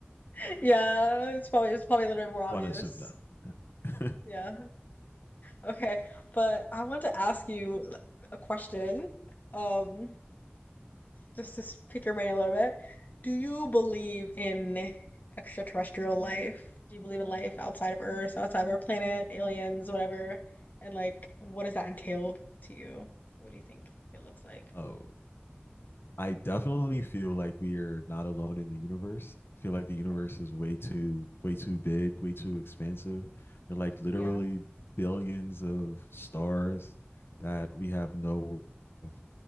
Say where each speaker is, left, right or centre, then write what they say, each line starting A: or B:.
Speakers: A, on the left (about 45°); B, on the left (about 65°).
A: <laughs> Yeah. It's probably it's probably a little
B: <laughs>
A: bit more obvious.
B: want to assume though. Yeah.
A: Yeah. Okay. But I want to ask you a question. Um, just to pick your brain a little bit, do you believe in extraterrestrial life? Do you believe in life outside of Earth, outside of our planet, aliens, whatever? And like, what does that entail to you? What do you think it looks like?
B: <laughs> oh, I definitely feel like we are not alone in the universe. I Feel like the universe
A: Okay.
B: is way too way too big, way too expansive. There are like literally
A: Yeah.
B: billions of stars that we have no of